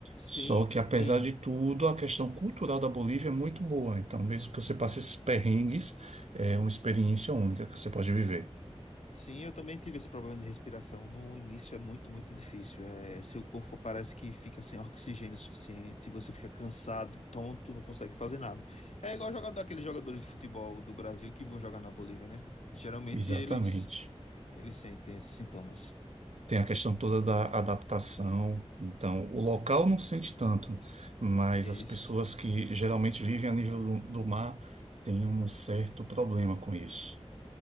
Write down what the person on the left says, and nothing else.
Sim,
e-
sim, eu também tive esse problema de respiração. No início é muito, muito difícil. É, seu corpo parece que fica sem oxigênio suficiente, você fica cansado, tonto, não consegue fazer nada. É igual jogar daqueles jogadores de futebol do Brasil que vão jogar na Bolívia, né? Geralmente
eles, eles sentem esses sintomas.
Isso.